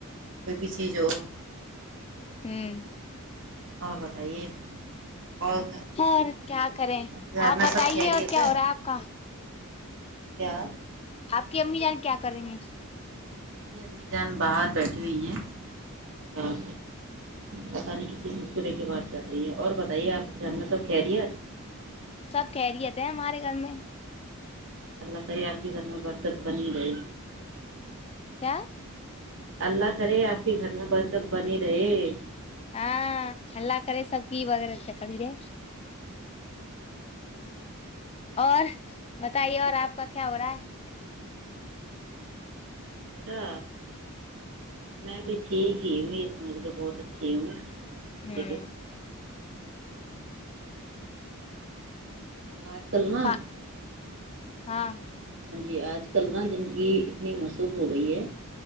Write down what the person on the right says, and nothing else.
کوئی پیچھے جو
بتائیے اور
گھر
میں
سب خیریت
کیا
میری امی جان باہر بیٹھی ہوئی ہیں ہاں پتا نہیں ک ک چیز کو لے کے بات کر رہی ہے اور بتائیے آپ کے گھر میں سب کہہ رہی
اللہ کرے آپ کے گھر میں برکت بن ہی رہئی
اللہ کرے آپ کے گھر میں برکت بنی رہے
میرا میں بھی ٹھیک ہی ہوں یہ سمجھ لو بہت اچھی ہوں
لیکن آج کل نہا
ہاں جی آج کل نا زندگی اتنی مصوف ہو گئی ہے